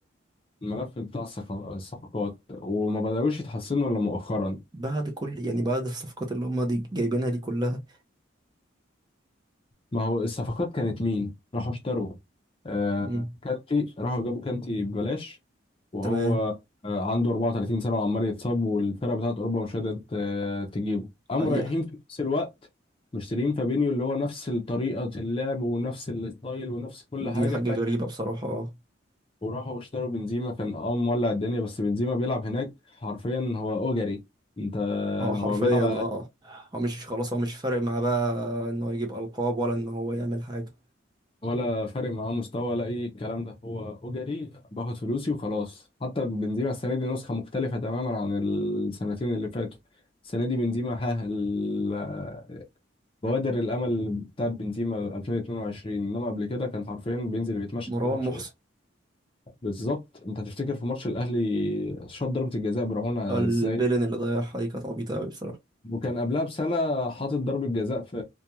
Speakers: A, on the left (about 25°); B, on the right (about 20°).
A: الملف بتاع الصفق- الصفقات وما بدأوش يتحسنوا الا مؤخرا
B: بعد كل يعني بعد الصفقات اللي هم دي جايبينها دي كلها
A: ما هو الصفقات كانت مين راحوا اشتروا آه
B: امم
A: كانتي راحوا جابوا كانتي ببلاش وهو
B: تمام
A: آه عنده 34 سنة وعمال يتصاب والفرقة بتاعت أوروبا مش قادرة آه، تجيبه قاموا
B: حقيقه
A: رايحين في نفس الوقت مشترين فابينيو اللي هو نفس طريقة اللعب ونفس الستايل ونفس كل
B: دي
A: حاجة
B: حاجه
A: بتاعت
B: غريبه بصراحه اه
A: وراحوا اشتروا بنزيما كان اه مولع الدنيا بس بنزيما بيلعب هناك حرفيا هو أجري انت
B: هو حرفيا
A: هو بيلعب
B: اه هو مش خلاص هو مش فارق معاه بقى ان هو يجيب القاب ولا ان هو يعمل حاجه
A: ولا فارق معاه مستوى ولا اي الكلام ده هو اجري باخد فلوسي وخلاص حتى بنزيما السنه دي نسخه مختلفه تماما عن السنتين اللي فاتوا السنه دي بنزيما ها ال- بوادر الامل بتاعت بنزيما 2022 انما قبل كده كان حرفيا بينزل بيتمشى
B: مروان
A: في الماتش
B: محسن
A: بالظبط انت تفتكر في ماتش الاهلي شاط ضربه الجزاء برعونة
B: البيلن
A: ازاي
B: اللي ضيعها دي كانت عبيطة أوي بصراحة
A: وكان قبلها بسنة حاطط ضربة جزاء في